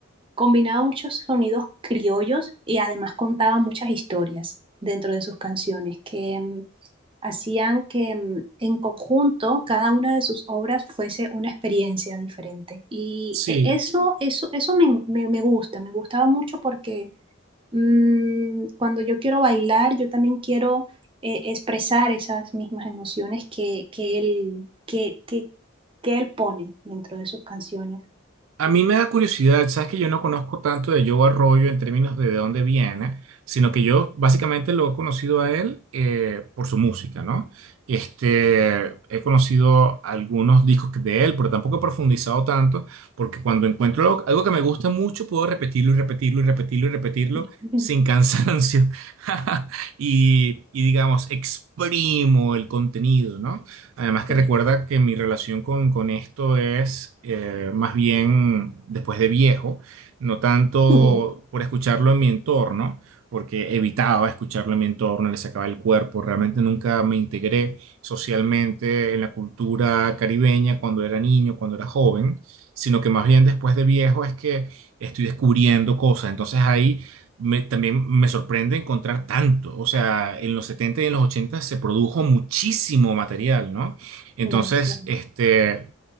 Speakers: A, on the right (about 25°); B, on the right (about 75°).
A: combinaba muchos sonidos criollos y además contaba muchas historias dentro de sus canciones que mm, hacían que mm, en conjunto cada una de sus obras fuese una experiencia diferente. Y
B: sí.
A: e- eso, eso, eso me, me- me gusta, me gustaba mucho porque mm, cuando yo quiero bailar, yo también quiero eh, expresar esas mismas emociones que, que él, que, que, que él pone dentro de sus canciones.
B: A mí me da curiosidad, sabes que yo no conozco tanto de Joe Arroyo en términos de de dónde viene, sino que yo básicamente lo he conocido a él eh, por su música, ¿no? Este, he conocido algunos discos que- de él, pero tampoco he profundizado tanto, porque cuando encuentro algo, algo que me gusta mucho, puedo repetirlo y repetirlo y repetirlo y repetirlo
A: <laughs>
B: sin cansancio. <laughs> Y, y digamos, exprimo el contenido, ¿no? Además que
A: Sí,
B: recuerda que mi relación con, con esto es eh, más bien después de viejo, no tanto
A: <laughs>
B: por escucharlo en mi entorno, porque evitaba escucharlo en mi entorno, le sacaba el cuerpo, realmente nunca me integré socialmente en la cultura caribeña cuando era niño, cuando era joven, sino que más bien después de viejo es que estoy descubriendo cosas. Entonces ahí me- también me sorprende encontrar tanto. O sea, en los 70 y en los 80 se produjo muchísimo material, ¿no? Entonces,
A: demasiado.
B: este,